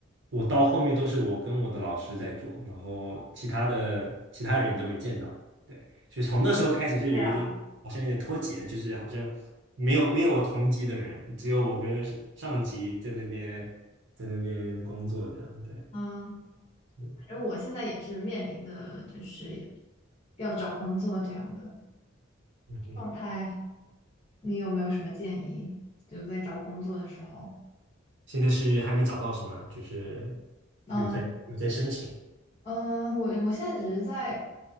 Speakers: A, on the right; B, on the left.
A: 我到后面都是我跟我的老师在做，然后其他的其他人也都没见到，对，所以从那时候开始就有一点好像有点脱节，
B: 这样啊，
A: 就是好像没有没有同级的人，只有我跟上级在那边在那边工作这样，对，
B: 嗯，
A: 嗯
B: 反正我现在也是面临的就是要找工作这样的
A: 嗯哼，
B: 状态。你有没有什么建议？就在找工作的时候，
A: 现在是还没找到是吗？就是
B: 嗯
A: 有在有在申请，
B: 嗯，呃我我现在只是在